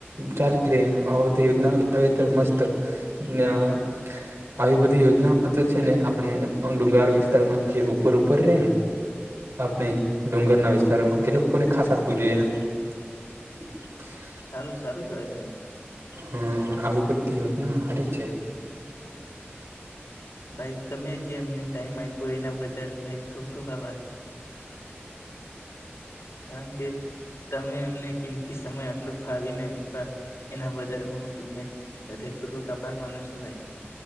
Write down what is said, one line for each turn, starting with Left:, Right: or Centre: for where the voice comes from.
Right: ચાલી રહે એમ આ બધી યોજના લાવે તો મસ્ત ને આવી બધી યોજનાઓ તો છે ને આપણે ડુંગરાળ વિસ્તારમાં જે ઉપર ઉપર રે ને આપણે ડુંગરના વિસ્તારોમા એ લોકોને ખાસ આપવું જોઈએ એમ. <inaudible>
Left: સારું સારું, કેવાય ભાઈ.
Right: હમ્મ આવી બધી યોજના હારી છે.
Left: ભાઈ, તમે જે અમને ટાઈમ આઇપુ, એના બદલ ભાઈ ખુબ ખુબ આભાર. કારણ કે. તમે એમને કિમ તિ સમય આટલો ફાળવીને. એના બદલ હું. ને રદય પૂર્વક આભાર માનું શું. તો ભાઈ.